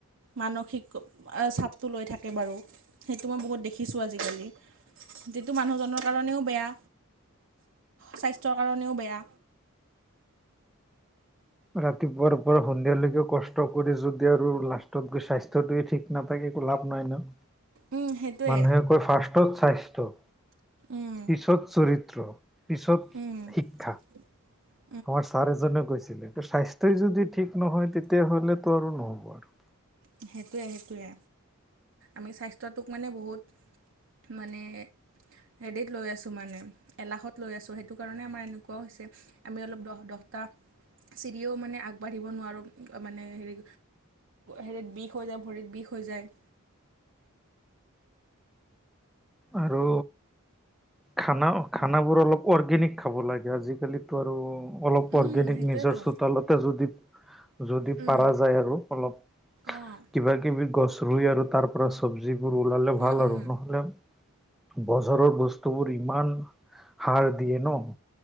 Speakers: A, on the right (about 60°); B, in the centre.
A: মানসিক এ চাপটো লৈ থাকে বাৰু, সেইটো মই বহুত দেখিছোঁ আজিকালি। যিটো মানুহজনৰ কাৰণেও বেয়া, স্বাস্থ্যৰ কাৰণেও বেয়া।
B: ৰাতিপুৱাৰ, পৰা সন্ধিয়ালৈকে কষ্ট কৰি যদি আৰু লাষ্টত গৈ স্বাস্থ্যতোৱে ঠিক নাথাকে একো লাভ নাই ন?
A: উম সেইটোৱে
B: মানুহে কয় ফাৰ্ষ্টত স্বাস্থ্যয়,
A: উম
B: পিছত চৰিত্ৰ। পিছত
A: উম
B: শিক্ষা।
A: <inaudible>
B: আমাৰ ছাৰ এজনেও কৈছিলে, স্বাস্থ্যই যদি ঠিক নহয় তেতিয়াহ'লেতো আৰু নহ'ব আৰু।
A: সেইটোৱে-সেইটোৱে, আমি স্বাস্থ্যটোক মানে বহুত মানে হেডিত লৈ আছোঁ মানে এলাখত লৈ আছোঁ, সেইটো কাৰণে আমাৰ এনেকুৱাও হৈছে। আমি অলপ দহ দহটা চিৰিও মানে আগবাঢ়িব নোৱাৰোঁ মানে হেৰি হেৰিত বিষ হৈ যায়, ভৰিত বিষ হৈ যায়।
B: আৰু খানাউ, খানাবোৰ অলপ অৰ্গেনিক খাব লাগে। আজিকালিতো আৰু অলপ
A: উম
B: অৰ্গেনিক
A: সেইটোৱেতো
B: নিজৰ চোতালতে যদি-যদি
A: উম
B: পাৰা যায় আৰু। অলপ-
A: অঁ
B: কিবা কিবি গছ ৰুই আৰু তাৰ পৰা চব্জিবোৰ ওলালে
A: উম
B: ভাল আৰু,
A: উম
B: নহ'লে বজাৰৰ বস্তু ইমান হাৰ দিয়ে ন?